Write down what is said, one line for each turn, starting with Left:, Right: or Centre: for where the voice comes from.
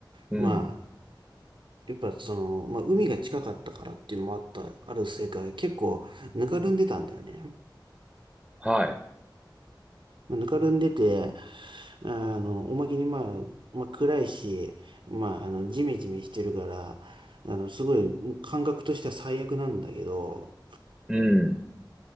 Centre: うん。
Right: まあやっぱその、まあ海が近かったからっていうのもあった、あるせいか結構ぬかるんでたんだよね。
Centre: はい。
Right: まあぬかるんでて、あの、おまけにまあ、まあ暗いし、まあ、あの、ジメジメしてるから、あの、すごい感覚としては最悪なんだけど、
Centre: うん。